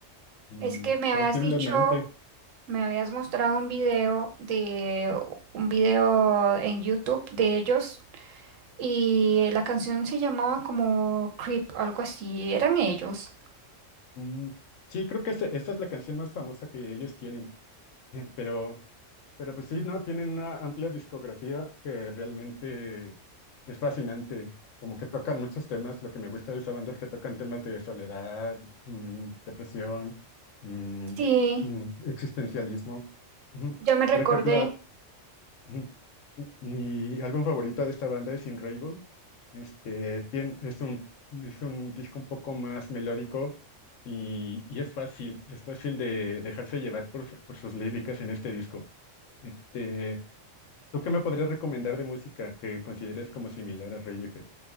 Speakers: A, on the left; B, on the right.
A: Mm,
B: Es que me habías
A: posiblemente.
B: dicho, me habías mostrado un video de un video en YouTube de ellos y eh, la canción se llamaba como Creep, algo así. Eran ellos.
A: Mm, sí, creo que este- esta es la canción más famosa que ellos tienen, <laughs> pero, pero pues sí, ¿no? Tienen una amplia discografía que realmente es fascinante. Como que tocan muchos temas. Lo que me gusta de esa banda es que tocan temas de soledad, mm, depresión, mm,
B: Sí,
A: mm, existencialismo. Ujú.
B: ya me recordé.
A: Por ejemplo, Ujú. Mi álbum favorito de esta banda es In Rainbows. Este, tien- es un, es un disco un poco más melódico y, y es fácil, es fácil de dejarse llevar por, su- por sus líricas en este disco. Este, ¿tú qué me podrías recomendar de música que consideres como similar a Radiohead?